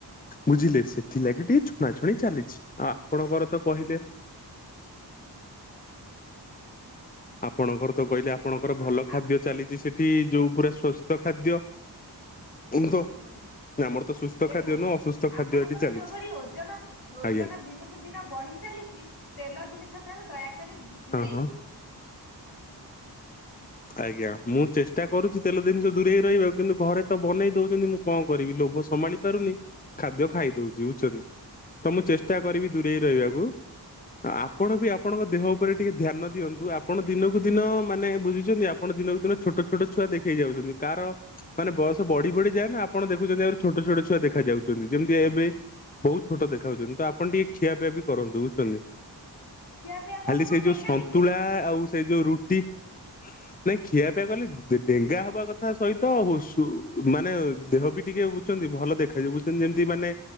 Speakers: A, on the left; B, on the left.
A: ବୁଝିଲେ ସେ
B: ହଉ
A: ଥିଲା କିି ଟିକେ ଛୁଣା ଛୁଣି
B: ହୁଁ
A: ଚାଲିଛି ଆଉ ଆପଣଙ୍କର ତ କହିଲେ ଆପଣଙ୍କର ତ କହିଲେ, ଆପଣଙ୍କର
B: ଶୁଣନ୍ତୁ
A: ଭଲ ଖାଦ୍ୟ
B: ଆ
A: ଚାଲିଛି ସେଠି, ଯୋଉ ପୁରା ସ୍ଵସ୍ଥ ଖାଦ୍ୟ। ତ
B: ହୁଁ,
A: ଆମର ତ ସୁସ୍ଥ
B: ଦେଖନ୍ତୁ!
A: ଖାଦ୍ୟ ନୁହଁ ଅସୁସ୍ଥ ଖାଦ୍ୟ
B: ଆପଣଙ୍କର
A: ଏଠି ଚାଲିଛି
B: ଯୋଉଭଳି ଓଜନ ଓଜନ
A: ଆଜ୍ଞା
B: ଦିନୁ କୁ ଦିନ ବଢି ଚାଲିଛି, ତେଲ ଜିନିଷ ଠାରୁ ଦୟାକରି ଦୂରେଇ
A: ହଁ ହଁ
B: ରୁହନ୍ତୁ।
A: ଆଜ୍ଞା। ମୁଁ ଚେଷ୍ଟା କରୁଛି, ତେଲ ଦିନିଷ ଦୂରେଇ ରହିବାକୁ, କିନ୍ତୁ ଘରେ ତ ବନେଇ ଦଉଛନ୍ତି। ମୁଁ କଣ କରିବି? ଲୋଭ ସମାଳି ପାରୁନି, ଖାଦ୍ୟ ଖାଇ ଦଉଛି। ବୁଝୁଛନ୍ତି! ତ, ମୁଁ ଚେଷ୍ଟା କରିବି ଦୂରେଇ ରହିବାକୁ। ଆପଣ
B: ହଉ
A: ବି ଆପଣଙ୍କ ଦେହ ଉପରେ ଟିକେ ଧ୍ୟାନ ଦିଅନ୍ତୁ। ଆପଣ ଦିନକୁ ଦିନ ମାନେ ବୁଝୁ ଛନ୍ତି, ଆପଣ ଦିନକୁ ଦିନ ଛୋଟ ଛୋଟ ଛୁଆ ଦେଖେଇ ଯାଉଛନ୍ତି। କାର ମାନେ ବୟସ ବଢି ବଢିଯାଏ ନା, ଆପଣ ଦେଖୁଛନ୍ତି, ଆହୁରି ଛୋଟ ଛୋଟ ଛୁଆ ଦେଖାଯାଉଛନ୍ତି। ଯେମିତି ଏବେ ବହୁତ ଛୋଟ ଦେଖାହାଉଛନ୍ତି। ତ ଆପଣ ଟିକେ ଖିଆପିଆ ବି କରନ୍ତୁ। ବୁଝୁଛନ୍ତି!
B: ଖିଆ ପିଆ କଲେ
A: ଖାଲି
B: କଣ
A: ସେଇ
B: ଡେଙ୍ଗା
A: ଯୋଉ ସନ୍ତୁଳା,
B: ହେଇଯିବେ?
A: ଆଉ ସେଇ ଯୋଉ ରୁଟି ନାଇଁ, ଖିଆପିଆ କଲେ ଡେ-ଡେଙ୍ଗା ହବା କଥା ସହିତ, ହୁ ସୁ-ମାନେ ଦେହ ବି ଟିକେ ବୁଝଛନ୍ତି, ଭଲ ଦେଖାଯାଉିବ ବୁଝୁଛନ୍ତି, ଯେମିତି ମାନେ